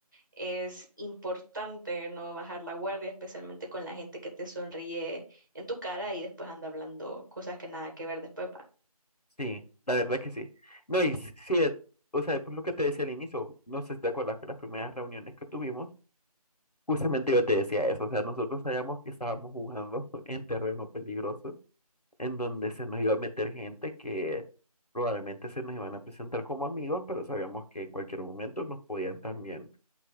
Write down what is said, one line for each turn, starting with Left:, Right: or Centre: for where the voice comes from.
Right: Es importante no bajar la guardia, especialmente con la gente que te sonríe en tu cara y después anda hablando cosas que nada que ver después, va.
Left: Sí, la verdad que sí. No, y sí, eh, o sea, por lo que te decía al inicio, no sé si te acuerdas que las primeras reuniones que tuvimos, justamente yo te decía eso, o sea, nosotros sabíamos que estábamos jugando <laughs> en terreno peligroso, en donde se nos iba a meter gente que probablemente se nos iban a presentar como amigos, pero sabíamos que en cualquier momento nos podían también